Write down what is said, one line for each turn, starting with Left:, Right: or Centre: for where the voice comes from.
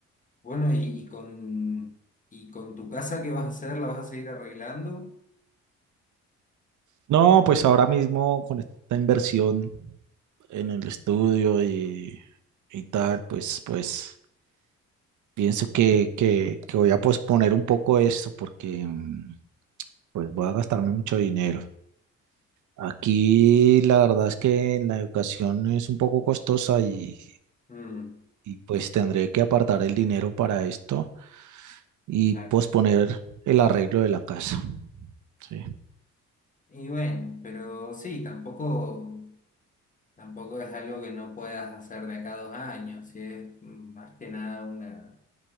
Left: Bueno, y, y con, y con tu casa, ¿qué vas a hacer? ¿La vas a seguir arreglando?
Right: No, pues ahora mismo con esta inversión en el estudio y, y tal, pues, pues pienso que, que, que voy a posponer un poco esto porque mm, pues voy a gastarme mucho dinero. Aquí la verdad es que la educación es un poco costosa y,
Left: Mm,
Right: y pues tendré que apartar el dinero para esto y
Left: claro.
Right: posponer el arreglo de la casa. Sí.
Left: Y bueno, pero sí, tampoco, tampoco es algo que no puedas hacer de acá a dos años, sí, es mm, más que nada una,